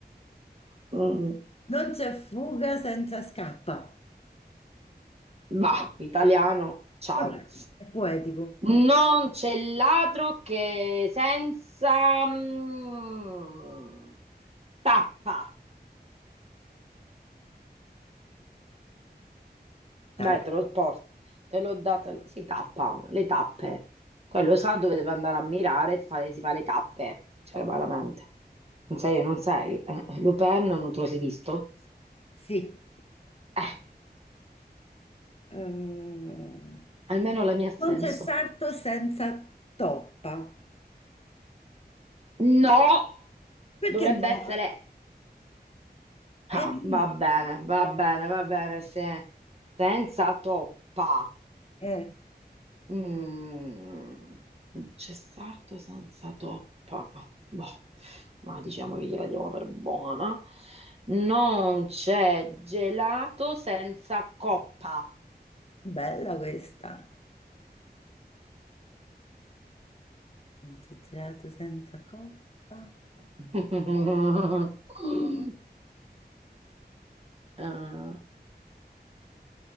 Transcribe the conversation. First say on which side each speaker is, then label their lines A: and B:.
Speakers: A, on the right; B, on the left.
A: Mm,
B: non c'è fuga senza scappa.
A: Bah, italiano, ciao.
B: Vabbè, È poetico.
A: Non c'è ladro che senza mm, tappa.
B: Tappa.
A: Dai, te lo porto. Te l'ho data. Si tappa, le tappe. Quello sa dove deve andare a mirare e fare, si fa le tappe. Cioè, veramente. Non sei, non sei. Eh, eh, Lupin non te lo sei visto?
B: Sì.
A: Eh,
B: Eh, non
A: almeno la mia ha senso.
B: c'è sarto senza toppa.
A: No!
B: Perché
A: Dovrebbe
B: no?
A: essere
B: È
A: Ah,
B: lì.
A: va bene, va bene, va bene, se- senza toppa.
B: Eh.
A: Mm, c'è sarto senza toppa. Boh, ma diciamo che gliela diamo per buona. Non c'è gelato senza coppa.
B: Bella questa. Non c'è gelato senza coppa.
A: <laughs> Ah,